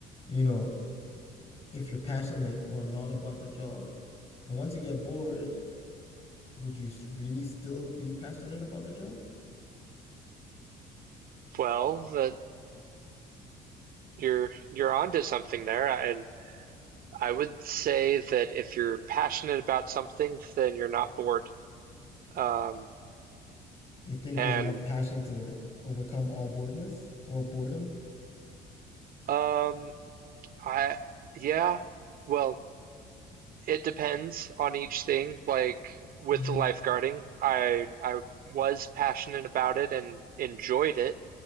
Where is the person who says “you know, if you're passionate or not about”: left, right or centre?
Left